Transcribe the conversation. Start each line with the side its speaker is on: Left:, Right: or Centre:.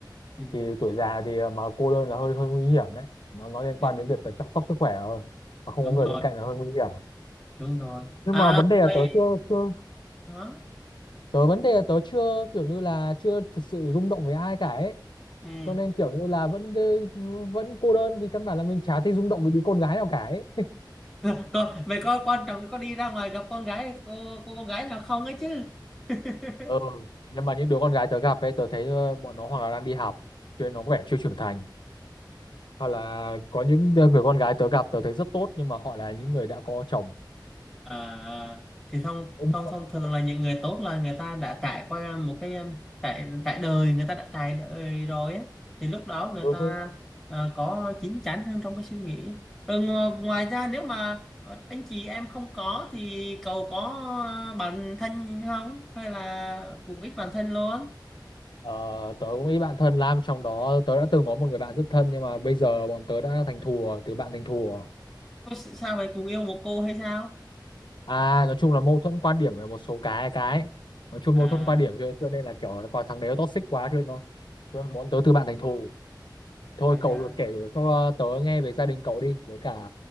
Centre: ừ,
Left: thì tuổi già thì à, mà cô đơn là hơi hơi nguy hiểm đấy nó nó liên
Centre: ừ,
Left: quan đến việc là chăm sóc sức khỏe rồi mà không
Centre: đúng
Left: có người
Centre: rồi
Left: bên cạnh là hơi nguy hiểm
Centre: đúng rồi
Left: nhưng
Centre: à
Left: mà vấn đề là
Centre: vậy
Left: tớ chưa chưa
Centre: đó
Left: tớ vấn đề là tớ chưa kiểu như là chưa thật sự rung động với ai cả ấy
Centre: ừ.
Left: cho nên kiểu như là vẫn vẫn cô đơn vì căn bản là mình chả thấy rung động với đứa con gái nào cả ấy
Centre: <laughs> Cô, vậy có quan trọng có đi ra ngoài gặp con gái cô cô con gái nào không ấy chứ <laughs>
Left: ừ nhưng mà những đứa con gái tớ gặp ấy tớ thấy ờ, bọn nó hoặc là đang đi học cho nên nó có vẻ chưa trưởng thành hoặc là có những ờ, người con gái tớ gặp tớ thấy rất tốt nhưng mà họ là những người đã có chồng
Centre: À, à. thì thông
Left: có bồ.
Centre: thông thông thường là những người tốt là người ta đã trải qua một cái um, trải trải đời người ta đã trải đời rồi á thì lúc đó người
Left: Ừ.
Centre: ta ờ, có chín chắn hơn trong cái suy nghĩ rồi ngoài, ngoài ra nếu mà ờ, anh chị em không có thì cậu có ờ, bạn thân không hay là cùng ít bạn thân luôn
Left: Ờ, tớ cũng nghĩ bạn thân Lam trong đó tớ đã từng có một người bạn rất thân nhưng mà bây giờ bọn tớ đã thành thùa từ bạn thành thùa
Centre: Có sao vậy cùng yêu một cô hay sao
Left: à nói chung là mâu thuẫn quan điểm về một số cái cái nói chung
Centre: à
Left: mâu thuẫn quan điểm cho cho nên là kiểu là còn thằng đấy nó toxic quá cho nên nó cho nên bọn tớ từ bạn thành thù thôi
Centre: vậy
Left: cậu
Centre: ha
Left: kể cho tớ nghe về gia đình cậu đi với cả